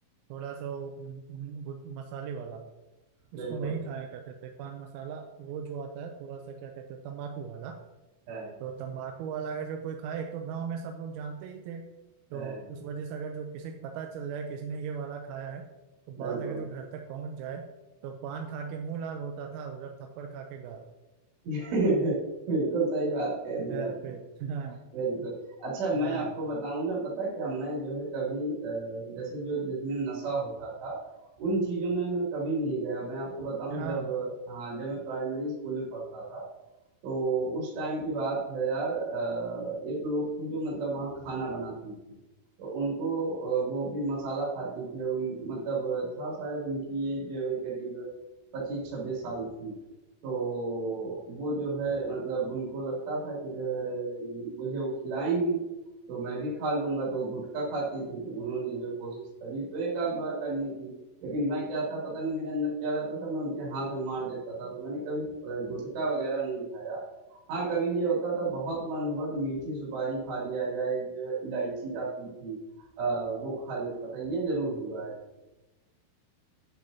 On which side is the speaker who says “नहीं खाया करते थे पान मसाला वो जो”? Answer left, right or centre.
Right